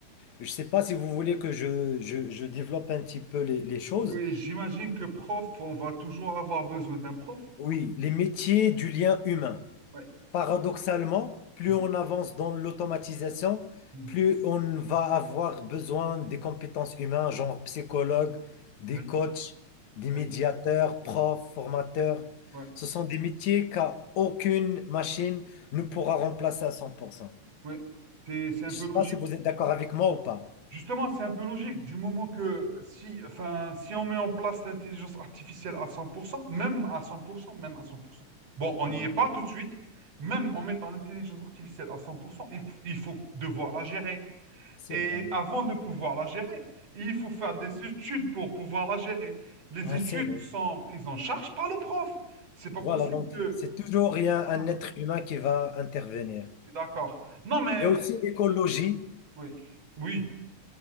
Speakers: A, on the left; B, on the right.
A: Je ne sais pas si vous voulez que je, je- je développe un petit peu les, les choses.
B: Oui, j'imagine que prof, on va toujours avoir besoin d'un prof.
A: Oui, les métiers du lien humain.
B: Ouais.
A: Paradoxalement, plus
B: Mhm,
A: on avance dans l'automatisation,
B: mhm,
A: plus on va avoir besoin des compétences humaines, genre psychologue, des
B: Oui,
A: coachs, des
B: oui,
A: médiateurs, profs, formateurs.
B: ouais,
A: Ce sont des métiers qu'aucune machine ne pourra remplacer à 100%.
B: ouais. C'est, c'est un
A: Je
B: peu
A: sais
B: logique.
A: pas si vous êtes d'accord avec moi ou pas.
B: Justement, c'est un peu logique du moment que si, enfin, si on met en place l'intelligence artificielle à 100%, même à cent pour cent, même à 100%. Bon, on
A: Oh,
B: n'y est pas tout de suite. Même en mettant l'intelligence artificielle à 100%, il, f- il faut devoir la gérer.
A: C'est
B: Et
A: vrai.
B: avant de pouvoir la gérer, il faut faire des études pour pouvoir la gérer. Les
A: Ouais,
B: études
A: c'est vrai.
B: sont prises en charge par le prof. C'est pas
A: Voilà,
B: possible
A: donc
B: que.
A: c'est toujours il y a
B: Ah,
A: un être humain qui va intervenir.
B: d'accord. Non, mais.
A: Il y a aussi l'écologie.
B: Oui, oui,